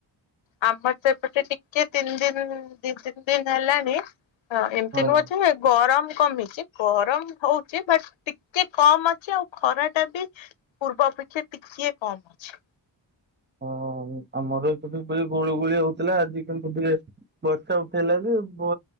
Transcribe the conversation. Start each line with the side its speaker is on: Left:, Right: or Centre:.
Left: ଆମର ସେପଟେ ଟିକେ ତିନି ଦିନ ଦି ତିନି ଦିନ ହେଲାଣି ହଁ ଏମିତି
Right: ହଁ।
Left: ନୁହଁ ଯେ ଗରମ କମିଛି ଗରମ ହଉଛି ବଟ୍ ଟିକେ କମ ଅଛି ଆଉ ଖରା ଟା ବି ପୂର୍ବ ଅପେକ୍ଷା ଟିକେ କମ ଅଛି।
Right: ହଁ ଆମର ଏଠି ଗୁଳୁଗୁଳି ହଉଥିଲା ଆଜି କିନ୍ତୁ ଟିକେ ବର୍ଷା ଉଠେଇଲା ଯେ ବ